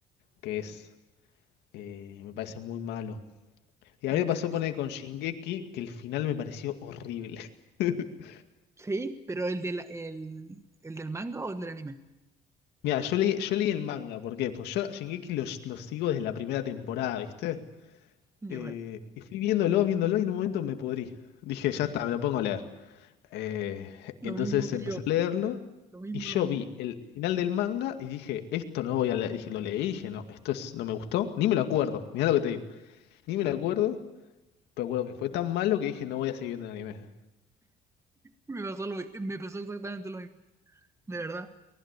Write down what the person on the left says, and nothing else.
que es... eh, me parece muy malo. Y a
mí me pasó poner con Shingeki que el final me pareció horrible. <laughs>
Mira, yo leí, yo leí el manga, ¿por qué? Pues yo a Shingeki lo, lo sigo desde la primera temporada, ¿viste?
Eh, y fui viéndolo, viéndolo, y en un momento me pudrí. Dije, ya está, me lo pongo a leer. Eh,
entonces
empecé
a leerlo,
y yo
vi el final del manga, y dije, esto no voy a leer. Dije, lo leí, y dije, no, esto es, no me gustó, ni me lo acuerdo, mirá lo que te digo. Ni me lo acuerdo, pero acuerdo que fue tan malo que dije, no voy a seguir viendo el anime.